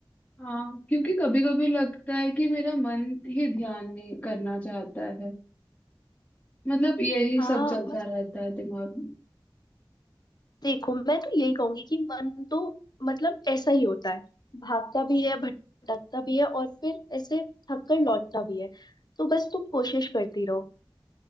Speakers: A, on the left; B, on the left.
A: हाँ क्योंकि कभी कभी लगता है कि मेरा मन ही ध्यान नहीं करना चाहता है मतलब यही
B: हाँ
A: सब चलता रहता है दिमाग में
B: देखो मैं तो यही कहूंगी कि मन तो मतलब ऐसा ही होता है भागता भी है भटकता भी है और फिर ऐसे थक कर लौटता भी है तो बस तुम कोशिश करती रहो